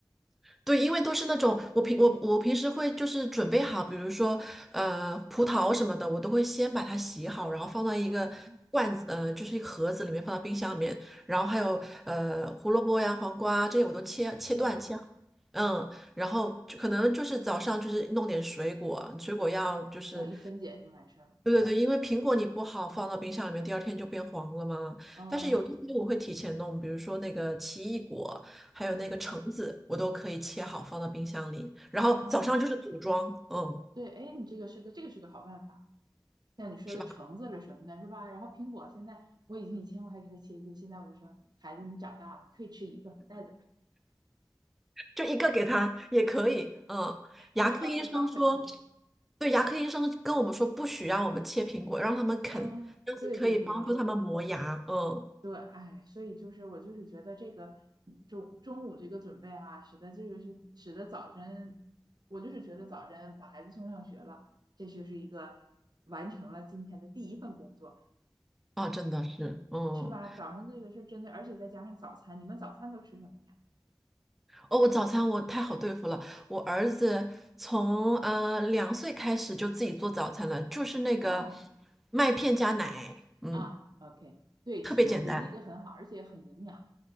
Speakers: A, in the centre; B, on the right.
A: 对，因为都是那种我平我我平时会就是准备好，比如说呃葡萄什么的，我都会先把它洗好，然后放到一个罐子，
B: 哦，
A: 呃，就是一个盒子里面，放到冰箱里面。然后还有呃胡萝卜呀、黄瓜这些我都切切断切好，
B: 切好，
A: 嗯，然后就可能就是早上就是弄点水果，水果要就是。
B: 然后一分解就完事儿了。
A: 对对对，因为苹果你不好放到冰箱里面，第二天就变黄了嘛。
B: 嗯
A: 但是有一些我会提前弄，比如说那个奇异果，还有那个橙子，
B: 嗯
A: 我都可以切好放到冰箱里，然后早上就是组装，
B: 哦，
A: 嗯，
B: 对，哎，你这个是个这个是个好办法。像你说的橙子了什么的，
A: 是吧？
B: 是吧？然后苹果现在我已经以前我还给他切切，现在我就说孩子你长大了，你可以吃一个，带着吧。
A: 就一个给他也可以，嗯。牙科医生说，
B: 他就到学校啃去了。
A: 对，牙科医生跟我们说不许让我们切苹果，让他们啃，
B: 啊，
A: 这样子可以帮助他们磨牙，
B: 对对对
A: 嗯，
B: 对，哎，所以就是我就是觉得这个嗯中中午这个准备啊，使得这个是使得早晨，我就是觉得早晨把孩子送上学了，这就是一个完成了今天的第一份工作，
A: 啊，真的是，嗯。
B: 是吧？早上这个事儿真的，而且再加上早餐，你们早餐都吃什么呀？
A: 哦，我早餐我太好对付了。我儿子从呃两岁开始就自己做早餐了，就是那个
B: 啊，
A: 麦片加奶，嗯，
B: 啊，OK，对，
A: 特别简单。
B: 其实我觉得那个很好，而且很营养。